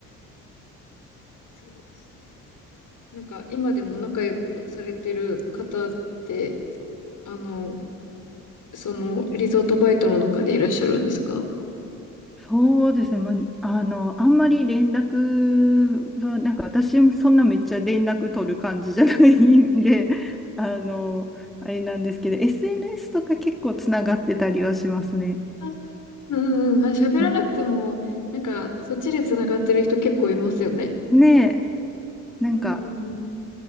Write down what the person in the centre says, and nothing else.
そうですね、まあ、あの、あんまり連絡は、なんか私もそんなめっちゃ連絡取る感じじゃないんで、<laughs> あの、あれなんですけど、SNS とか結構つながってたりはしますね。
うん
ねえ、なんか